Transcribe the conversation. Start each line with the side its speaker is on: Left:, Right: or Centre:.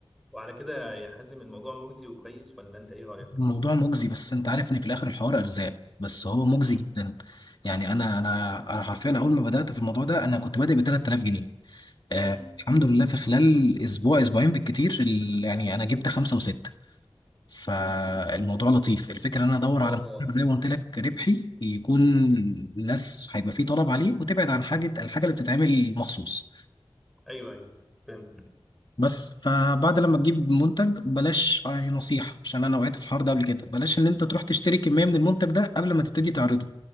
Centre: وعلى كده يا حازم الموضوع مجزي وكويس ولا انت ايه رايك
Left: الموضوع مجزي بس انت عارف ان في الاخر الحوار ارزاق بس هو مجزي
Centre: امم
Left: جدا يعني انا انا انا حرفيا اول ما بدات في الموضوع ده انا كنت بادئ ب 3000 جنيه آه
Centre: امم
Left: الحمد لله في خلال اسبوع اسبوعين بالكتير ال- يعني انا جبت خمسه وسته فالموضوع لطيف الفكره ان انا ادور على
Centre: والله
Left: منتج زي ما قلت لك ربحي يكون الناس هيبقى فيه طلب عليه وتبعد عن حاجه الحاجه اللي بتتعمل مخصوص
Centre: ايوه ايوه فهمت
Left: بس فبعد لما تجيب منتج بلاش يعني نصيحة عشان انا وقعت في الحوار ده قبل كده بلاش ان انت تروح تشتري كمية من المنتج ده قبل ما تبتدي تعرضه